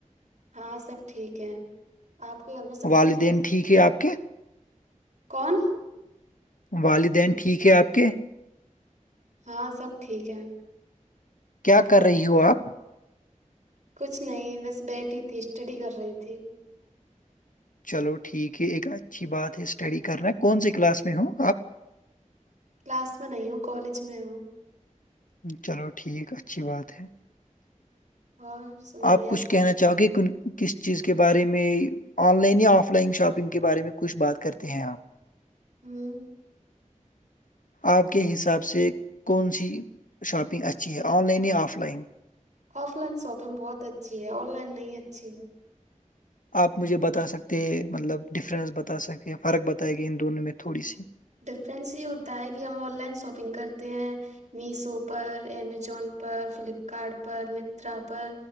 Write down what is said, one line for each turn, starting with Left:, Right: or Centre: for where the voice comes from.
Right: ہاں سب ٹھیک ہے آپ کے گھر میں سب
Left: والدین
Right: ٹھیک ہے
Left: ٹھیک ہے آپ کے
Right: کون
Left: والدین ٹھیک ہے آپ کے
Right: ہاں سب ٹھیک ہے
Left: کیا کر رہی ہو آپ
Right: کچھ نہیں بس بیٹھی تھی اسٹڈی کر رہی تھی
Left: چلو ٹھیک ہے ایک اچھی بات ہے اسٹڈی کرنا کون سے کلاس میں ہو آپ
Right: کلاس میں نہیں ہوں کالج میں ہوں
Left: چلو ٹھیک اچھی بات ہے
Right: اور سنائیے
Left: آپ کچھ
Right: کیا
Left: کہنا
Right: کر
Left: چاہو گے کس چیز کے بارے میں آن لائن یا آف لائن شاپنگ کے بارے میں کچھ بات کرتے ہیں آپ
Right: ہوں
Left: آپ کے حساب سے کون سی شاپنگ اچھی ہے آن لائن یا offline
Right: offline shopping بہت اچھی ہے آن لائن نہیں اچھی ہے
Left: آپ مجھے بتا سکتے ہیں مطلب ڈفرینس بتا سکتے ہیں فرق بتائے گی ان دونوں میں تھوڑی سی
Right: ڈفرنس یہ ہوتا ہے کہ ہم آن لائن شاپنگ کرتے ہیں میسو پر امزون پر فلپکارٹ پر متا پر